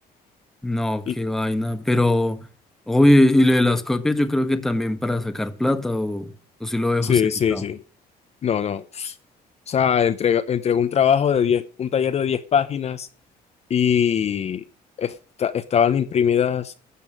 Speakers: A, in the centre; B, on the left.
A: no,
B: Y,
A: qué vaina. Pero, obvio, y lo de las copias, yo creo que también para sacar plata o, o si lo dejo
B: sí,
A: justificado.
B: sí, sí. No, no. O sea, entrega entregó un trabajo de diez un taller de 10 páginas y esta- estaban imprimidas